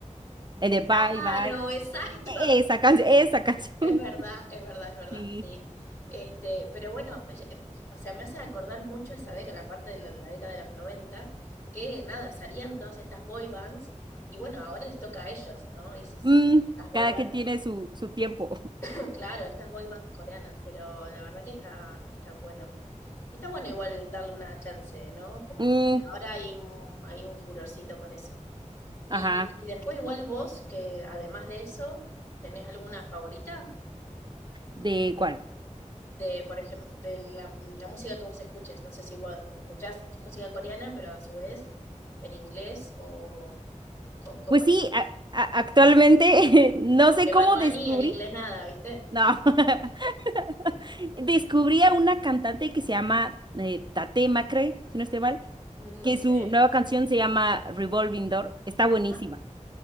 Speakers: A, on the right (about 35°); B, on the left (about 20°).
A: el de Bye
B: claro,
A: Bye,
B: exacto.
A: esa canción,
B: <laughs>
A: esa <laughs> canción,
B: Es verdad, es verdad, es verdad,
A: sí.
B: sí. Este, pero bueno, pues, eh, o sea, me hace acordar mucho esa década, la parte de la, la década de los 90 que nada, salían todas estas boy bands y bueno, ahora les toca a ellos, ¿no? Y se, se-
A: Mm,
B: las boy
A: cada
B: bands,
A: quien tiene su, su tiempo. <laughs>
B: <clears throat> claro, estas boy bands coreanas, pero la verdad que está, está bueno. Está bueno igual darle una chance, ¿no? Como
A: Mm,
B: que ahora hay un, hay un furorcito con eso. Y,
A: ajá,
B: y después igual vos, que además de eso, ¿tenés alguna favorita?
A: ¿de cuál?
B: de, por ejemplo, de la, la, música que vos escuches. No sé si vos escuchás música coreana, pero a su vez en inglés o co- como...
A: Pues sí, a- a- actualmente <laughs> no
B: Porque
A: sé cómo
B: Bad Bunny
A: descubrí,
B: en inglés nada, ¿viste?
A: no. <laughs> Descubrí a una cantante que se llama eh, Tate Macrae, si no estoy mal,
B: No
A: que su
B: sé.
A: nueva canción se llama Revolving Door. Está
B: Ajá.
A: buenísima.